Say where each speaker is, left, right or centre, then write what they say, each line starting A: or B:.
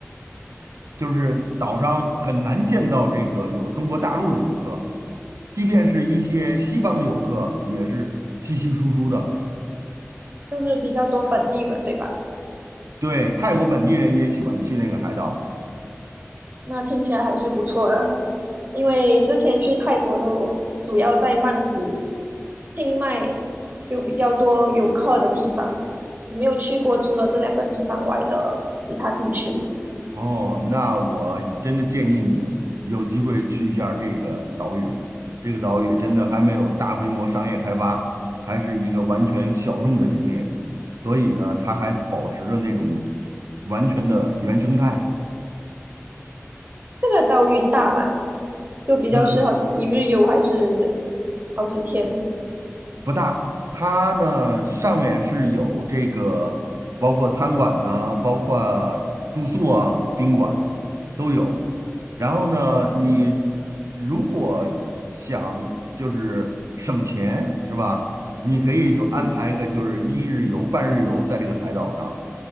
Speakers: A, on the right; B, on the right.
A: 就是岛上很难见到这个有中国大陆的游客，即便是一些西方的游客也是稀稀疏疏的。
B: 就是比较多本地人，对吧？
A: 对，泰国本地人也喜欢去那个海岛。
B: 那听起来还是不错的，因为之前去泰国都主要在曼谷、清迈有比较多游客的地方，我没有去过除了这两个地方外的其他地区。
A: 哦，那我真的建议你有机会去一下儿这个岛屿。这个岛屿真的还没有大规模商业开发，还是一个完全小众的景点，所以呢，它还保持着那种完全的原生态。
B: 这个岛屿大吗？就比较适合一日游还是
A: 呃
B: 好几天？
A: 不大，它呢上面是有这个，包括餐馆呢，包括住宿啊、宾馆都有。然后呢，你
B: 嗯
A: 如果想就是省钱是吧？你可以就安排个就是一日游、
B: 嗯
A: 半日游在这个海岛上，